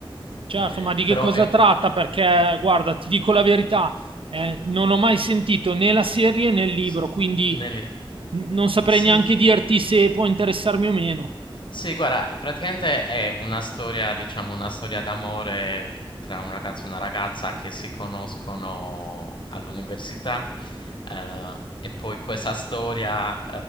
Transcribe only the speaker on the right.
certo,
ma di che
cosa
tratta? Perché, guarda, ti dico la verità, eh, non ho mai sentito né la serie né il libro,
quindi
n- non saprei
neanche dirti se può
interessarmi o meno.